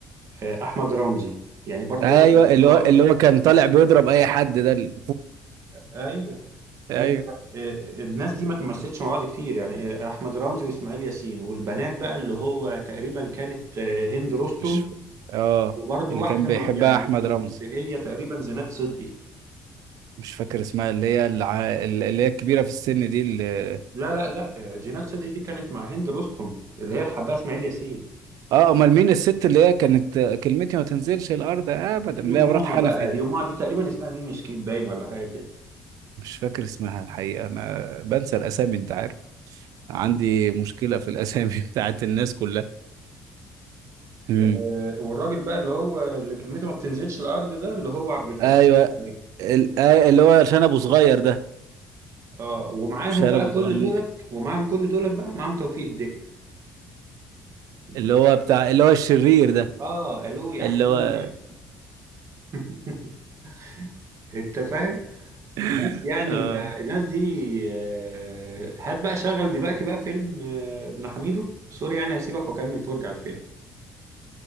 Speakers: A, on the right; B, on the right.
A: آه، احمد رمزي يعني برضه
B: ايوه
A: دول ما
B: اللي هو
A: قلناهمش.
B: اللي هو كان طالع بيضرب اي حد ده ال-
A: ايوه
B: <laughs> ايوه
A: انت آه، الناس دي ما تمثلتش مع بعض كتير يعني آه، احمد رمزي واسماعيل ياسين والبنات بقى اللي هو تقريبا كانت آه، هند رستم
B: مش اه
A: وبرضه
B: اللي
A: واحدة
B: كان بيحبها
A: ما- يعني
B: احمد
A: اللي
B: رمزي
A: هي تقريبا زينات صدقي
B: مش فاكر اسمها اللي هي الع... اللي هي الكبيرة في السن دي اللي...
A: لا لا لا جينات صدقي دي كانت مع هند رستم اللي هي حباها اسماعيل ياسين
B: اه امال مين الست اللي هي كانت كلمتي ما تنزلش الارض ابدا
A: دي
B: اللي
A: امها
B: هي مرات حنفي
A: بقى
B: دي
A: دي امها دي تقريبا اسمها ميمي شكيب باين ولا حاجه كده
B: مش فاكر اسمها الحقيقة انا بنسى الاسامي انت عارف عندي مشكلة في الاسامي <laughs> بتاعت الناس كلها امم
A: آه، والراجل بقى اللي هو اللي كلمته ما بتنزلش الارض ده اللي هو عبد الفتاح
B: ايوه
A: النصري
B: ال... آه، اللي هو عشان ابو صغير ده
A: اه ومعاهم
B: مش أنا
A: بقى
B: ابو
A: كل
B: صغير ممكن
A: دولت ومعاهم كل دولت بقى معاهم توفيق الدقن بتاع
B: اللي هو بتاع اللي هو الشرير ده
A: اه الو يا
B: اللي
A: حكومه
B: هو
A: <laughs> انت فاهم
B: <laughs>
A: الناس يعني
B: اه
A: بقى الناس دي آه، هات بقى شغل دلوقتي بقى فيلم آه، ابن حميدو سوري يعني هسيبك واكمل فرجة على الفيلم